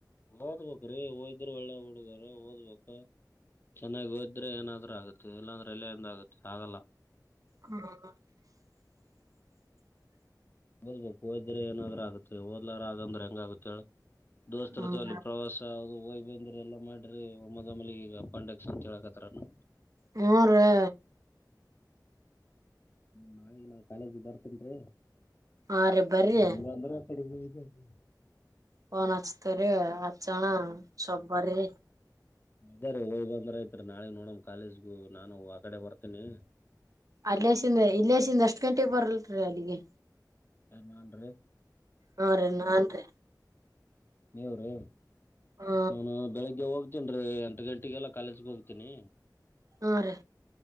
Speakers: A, on the left; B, on the right.
A: ಓದ್ಬೇಕ್ರೀ ಓದ್ದ್ರ ಒಳ್ಳೆ ಹಡಗ್ರ ಓದ್ಬೇಕ. ಚೆನ್ನಾಗಿ ಓದ್ರೆ ಏನಾದ್ರ ಆಗತ್ತೆ ಇಲ್ಲಾಂದ್ರೆ ಎಲ್ಲೆಂದ ಆಗತ್ತೆ ಆಗಲ್ಲ
B: ಹಾ <inaudible>
A: ಓದ್ಬೇಕು ಓದ್ರೆ ಏನಾದ್ ಆಗುತ್ತೆ ಓದ್ಲಾರ ಆಗಂದ್ರೆ ಹೆಂಗಗುತ್ತ ಹೇಳ ದೋಸ್ತತಲ್ಲಿ
B: ಹ್ಮ್
A: ಪ್ರವಾಸ ಅದು ಹೊಗೆ ಬಂದ್ರ ಎಲ್ಲಾ ಮಾಡ್ರಿ ಒ ಮೊದೊಮ್ಮಲಿ ಈಗ ಅಪೆಂಡಿಕ್ಸ್ ಅಂತ ಹೇಳರೇನು
B: ಹ್ಮ್ ರಿ
A: ನಳ ನ ಕಾಲೇಜ ಬರ್ತೇನ್ರಿ
B: ಹಾ ರೀ ಬರ್ರಿ
A: ಬಂಗ ಅಂದ್ರೆ ಅಕ್ಕಡೆ <unintelligible>
B: ಫೋನ್ ಹಚ್ಚುತೀನಿ ಹಚ್ನಾ ಸ್ವಲ್ಪ ಬರೆ
A: ಅದ ರೀ ಹೋಗಿ ಬಂದ್ರಯತ್ರಿ ನಾಳಗ್ ನೋಡಮ ಕಾಲೇಜ್ಗು ನಾನು ಆ ಕಡೆ ಬರ್ತೇನಿ
B: ಅಲ್ಲಸಿಂದ ಇಲ್ಲಸಿಂದ ಅಷ್ಟ್ ಗಂಟೆಗೆ ಬರಲ್ರಿ ಅಲ್ಲಿಗೆ
A: ಏನು ನಾನು ರಿ
B: ಹಾ ರಿ ನಾನ್ ರೀ
A: ನೀವ್ರೇ
B: ಹಾ
A: ನಾನು ಬೆಳಿಗ್ಗೆ ಹೋಗೆ ಹೋಗತನ್ರಿ ಎಂಟು ಗಂಟೆಗೆೆಲ್ಲಾ ಕಾಲೇಜ್ಗೆ ಹೋಗ್ತೀನಿ
B: ಹಾ ರೀ